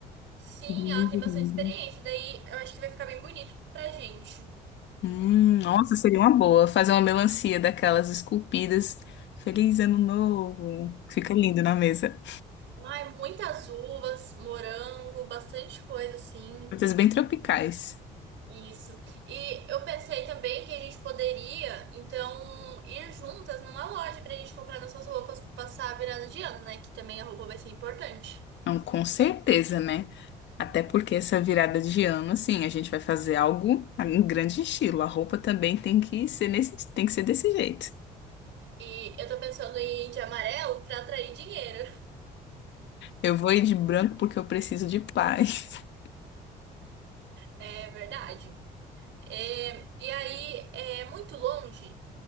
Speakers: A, on the right; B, on the left.
A: Sim,
B: Lindo,
A: ela tem bastante
B: lindo.
A: experiência, daí eu acho que vai ficar bem bonito pra gente.
B: Hum, nossa, seria uma boa fazer uma melancia daquelas esculpidas. Feliz ano novo. Fica lindo na mesa.
A: Ai, muitas uvas, morango, bastante coisa assim.
B: Frutas bem tropicais.
A: Isso. E eu pensei também que a gente poderia, então, ir juntas numa loja pra gente comprar nossas roupas, pra passar a virada de ano, né? Que também a roupa vai ser importante.
B: Não, com certeza, né? Até porque essa virada de ano, assim, a gente vai fazer algo em grande estilo. A roupa também tem que ser nesse, tem que ser desse jeito.
A: E eu tô pensando em ir de amarelo pra atrair dinheiro. <laughs>
B: Eu vou ir de branco porque eu preciso de paz. <laughs>
A: É verdade. É, e aí, é muito longe